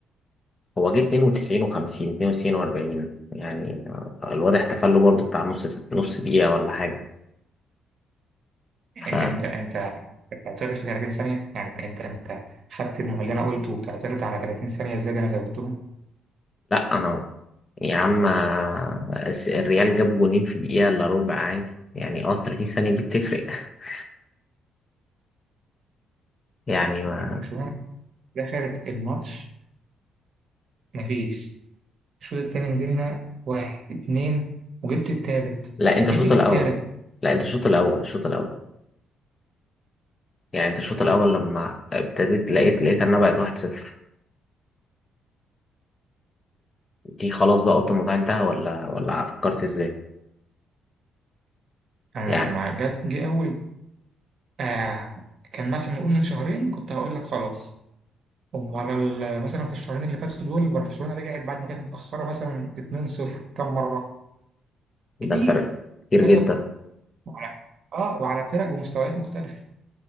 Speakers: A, on the left; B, on the right.
A: هو جه 92 و50 92 و40 يعني الواد احتفل له برضه بتاع نص نص دقيقه ولا حاجه فلا
B: إن- أنت أنت بتعترض في 30 ثانية يعني أنت أنت خدت المعلنة قلت وبتعترض على 30 ثانية زيادة أنا زودتهم
A: انا يا عم آه، الس- الريال جاب جونين في دقيقة إلا ربع عادي يعني اه 30 ثانية دي بتفرق <laughs> يعني ما...
B: يعني برشلونة دخلت الماتش مفيش الشوط التاني نزلنا واحد اتنين وجبت التالت
A: لا انت
B: وجي
A: الشوط
B: فيك
A: الأول
B: التالت
A: لا انت الشوط الأول الشوط الأول يعني انت الشوط الأول لما ابتديت لقيت لقيت انها بقت 1-0 دي خلاص بقى قلت الموضوع انتهى ولا ولا فكرت ازاي
B: أنا
A: يعني
B: لما جت جه أول آه كان مثلا نقول من شهرين كنت هقول لك خلاص أمال ال- مثلا في الشهرين اللي فاتوا دول برشلونة رجعت بعد ما كانت متأخرة مثلا 2-0 كم مرة؟ كتير
A: ده انت كتير
B: كذا
A: جدا
B: مرة وعلى اه وعلى فرق بمستويات مختلفة